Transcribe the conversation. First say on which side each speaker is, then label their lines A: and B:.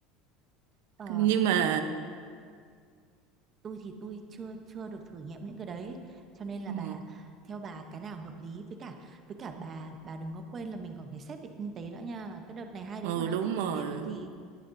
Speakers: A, on the right (about 25°); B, on the right (about 85°).
A: Ờ,
B: nhưng mà
A: tôi thì tôi chưa chưa được thử nghiệm những cái đấy ấy. cho nên là
B: ừ,
A: bà theo bà cái nào hợp lý với cả với cả bà bà đừng có quên là mình còn phải xét về kinh tế nữa nha cái đợt này hai
B: ừ
A: đứa còn đang
B: đúng
A: tiết kiệm
B: rồi
A: tiền còn gì